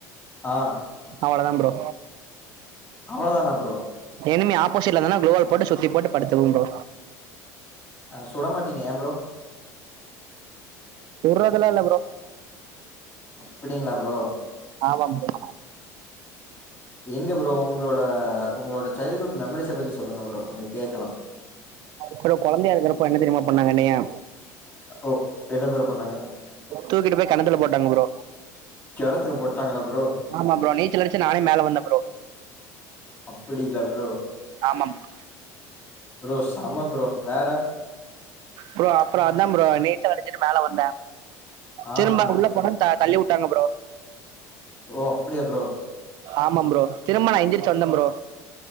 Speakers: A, on the left; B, on the right.
A: ஆ
B: அவ்ளதா ப்ரோ
A: அவ்ளதான ப்ரோ
B: இனிமி ஆப்போசிட்ல இருந்தான்னா குளோவால் சுத்தி போட்டு படுத்துப்ப ப்ரோ
A: அ சுட மாட்டீங்க ஏய ப்ரோ
B: சுட்றதுலா இல்ல ப்ரோ
A: அப்டிங்களா ப்ரோ
B: ஆமாம் ப்ரோ
A: எங்க ப்ரோ உங்களோட உங்களோட சைல்டுவுட் மெமரிஸ பத்தி சொல்லுங்க ப்ரோ கொஞ்ச கேட்கலா
B: ப்ரோ கொழந்தயா இருக்குறப்ப என்ன தெரியுமா பண்ணாங்க என்னயா
A: ஓ என்ன ப்ரோ பண்ணாங்க
B: தூக்கிட்டு போய் கெணத்துல போட்டாங்க ப்ரோ
A: கெணத்துல போட்டாங்களா ப்ரோ
B: ஆமா ப்ரோ நீச்சலடிச்சி நானே மேல வந்த ப்ரோ
A: அப்டிங்களா ப்ரோ
B: ஆமாம் ப்ரோ
A: ப்ரோ சம ப்ரோ வேற
B: ப்ரோ அப்றோ அதா ப்ரோ நீச்சலடிச்சிட்டு மேல வந்த
A: ஆஹா
B: திரும்ப உள்ள போன தள்ளி விட்டாங்க ப்ரோ
A: ஓ அப்டியா ப்ரோ
B: ஆமாம் ப்ரோ திரும்ப நா எந்ரிச்சு வந்த ப்ரோ